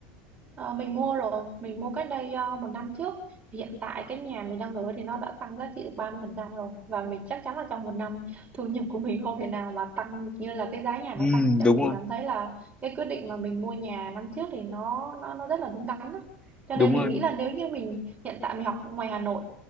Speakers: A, on the right (about 25°); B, on the left (about 15°).
A: Ờ, mình mua rồi, mình mua cách đây ờ, một năm trước. Thì hiện tại cái nhà mình đang ở thì nó đã tăng giá trị được 30% rồi. Và mình chắc chắn là trong một năm thu nhập của mình không thể nào mà tăng được như là cái giá nhà
B: Ừ,
A: nó tăng. Cho
B: đúng
A: nên mình
B: rồi,
A: cảm thấy là cái quyết định mà mình mua nhà năm trước thì nó nó nó rất là đúng đắn đó. Cho
B: đúng
A: nên mình
B: rồi,
A: nghĩ
B: đúng.
A: là nếu như mình hiện tại mình học ngoài Hà Nội